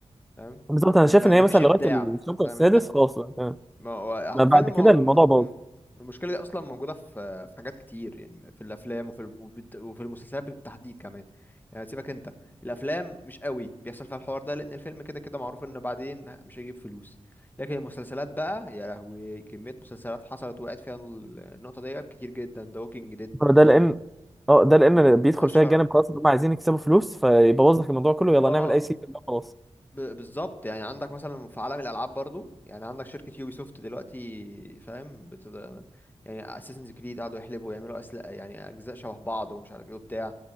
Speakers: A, on the left; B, in the centre.
A: فاهم
B: بالظبط
A: يعني
B: انا شايف
A: ما...
B: ان
A: مفيش
B: هي مثلا
A: ابداع
B: لغايه الشوط السادس
A: فاهم انت
B: خلاص بقى تمام
A: ما هو
B: ما
A: حرفيا
B: بعد
A: الم...
B: كده
A: الم...
B: الموضوع باظ
A: مم. المشكلة دي أصلا موجودة في في حاجات كتير يعني في الأفلام وفي الم- وبت- وفي المسلسلات بالتحديد كمان يعني سيبك أنت الأفلام مش قوي بيحصل فيها الحوار ده لأن الفيلم كده كده معروف إن بعدين مش هيجيب فلوس لكن المسلسلات بقى يا لهوي كمية مسلسلات حصلت وقعت فيها النقطة ديت كتير جدا ده ووكينج ديد
B: ده
A: مثلا
B: لان اه ده لان
A: يعني من
B: بيدخل
A: أشهر
B: فيها الجانب خلاص ان هم عايزين يكسبوا فلوس فيبوظ لك الموضوع كله يلا
A: اه
B: نعمل اي سيستم بقى خلاص
A: ب- بالظبط يعني عندك مثلا في عالم الالعاب برضو يعني عندك شركه يوبي سوفت دلوقتي فاهم بتد... يعني اساسنز كريد قعدوا يحلبوا يعملوا اسلحه يعني اجزاء شبه بعض ومش عارف ايه وبتاع